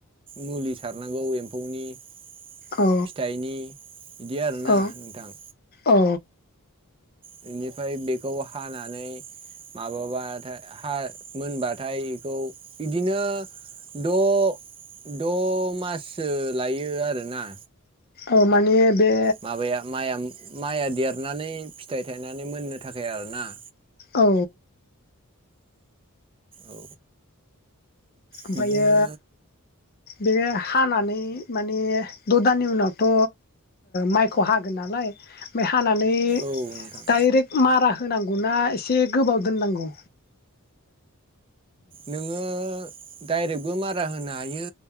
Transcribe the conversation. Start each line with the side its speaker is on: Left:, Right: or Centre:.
Right: मुलि सारनांगौ एम्फौनि फिथाइनि
Left: औ
Right: बिदि आरोना
Left: औ
Right: नोंथां
Left: औ
Right: बिनिफ्राय बेखौ हानानै माबाबाथाय हा मोनबाथाय इखौ इदिनो द द माससो लायो आरोना
Left: अ माने बे
Right: माबाया माइया माइआ देरनानै फिथाइ थायनानै मोननो थाखाय आरोना
Left: औ
Right: औ
Left: ओमफायो
Right: बिदिनो
Left: बेयो हानानै माने द दाननि उनावथ माइखौ हागोन नालाय हानानै
Right: औ नोंथां
Left: डाइरेक्ट मारा होनांगौना इसे गोबाव दोननांगौ
Right: नोङो डायरेकबो मारा होनो हायो